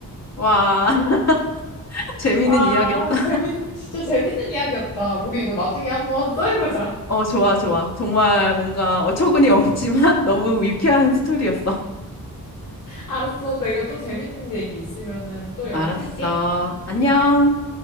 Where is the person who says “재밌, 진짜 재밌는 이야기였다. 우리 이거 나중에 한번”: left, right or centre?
Left